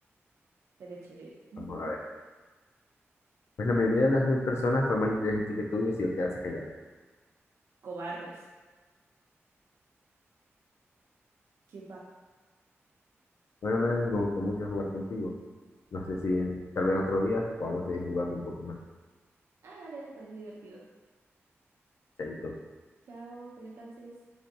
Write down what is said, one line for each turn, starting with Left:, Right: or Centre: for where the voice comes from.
Right: Sería chévere. <laughs>
Left: Vamos a ver. Pues la mayoría de las personas fue más inteligente que tú y decidió quedarse callada.
Right: Cobardes. ¿Qué va?
Left: Bueno, Melanie, me gustó mucho jugar contigo. No sé si en- tal vez otro día podamos seguir jugando un poco más.
Right: Ah, dale, me parece divertido.
Left: Chaito.
Right: Chao, que descanses.